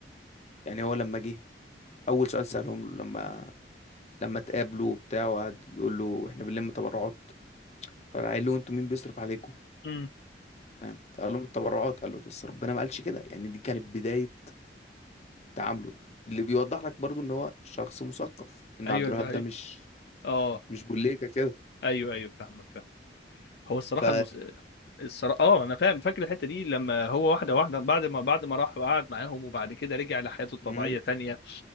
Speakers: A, on the left (about 35°); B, on the left (about 60°).
A: يعني هو لما جه اول سؤال سالهم له لما لما اتقابلوا وبتاع وقعد يقول له احنا بنلم تبرعات فقال له انتوا مين بيصرف عليكم
B: امم
A: فاهم فقال لهم التبرعات قال له بس ربنا ما قالش كده يعني دي كانت بداية تعامله اللي بيوضح لك برضو ان هو شخص مثقف ان
B: ايوه
A: عبد الوهاب
B: ده هي
A: ده مش
B: اه
A: مش بوليكا كده
B: ايوه ايوه فاهمك فاهم هو الصراحة
A: ف
B: المس... الصراحه اه انا فاهم فاكر الحته دي لما هو واحده واحده بعد ما بعد ما راح وقعد معاهم وبعد كده رجع لحياته الطبيعيه
A: مم.
B: تانية